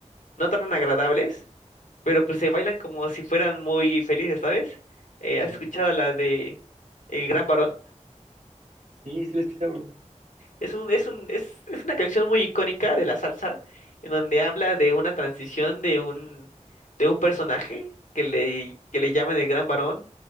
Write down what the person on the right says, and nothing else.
Ujú.
Sí, sí la he escuchado.